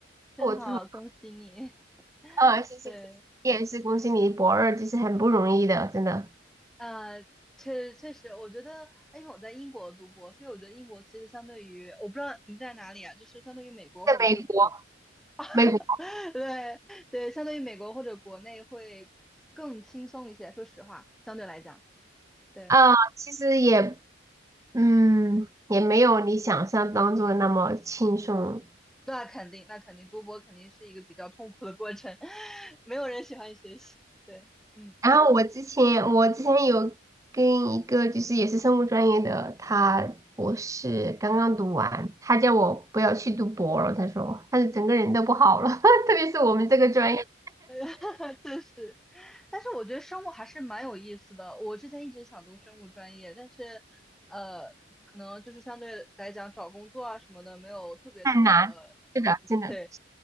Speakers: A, in the centre; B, on the right.
A: 真好，
B: 我最后，
A: 恭喜你。<laughs>
B: 嗯，谢谢，
A: 对，
B: 谢谢你也是恭喜你博二，就是很不容易的，真的。
A: 啊，确确实，我觉得，因为我在英国读博，所以我觉得英国其实相对于，我不知道你在哪里啊，就是相对于美国或者是国，
B: 在美国，美国
A: <laughs> 对对，相对于美国或者国内会更轻松一些。说实话，相对来讲，对，
B: 啊，其实也，嗯，也没有你想象当中的那么轻松。
A: 那肯定，那肯定，读博肯定是一个比较痛苦的过程，<laughs> 没有人喜欢学习。对，嗯。
B: 然后我之前我之前有跟一个就是也是生物专业的，他博士刚刚读完，他叫我不要去读博了，他说他是整个人都不好了，<laughs> 特别是我们这个专业
A: <laughs> 哈哈，就是，但是我觉得生物还是蛮有意思的。我之前一直想读生物专业，但是，呃，可能就是相对来讲找工作啊什么的没有特别特别的容易。
B: 太难，是的，真的。
A: <laughs> 对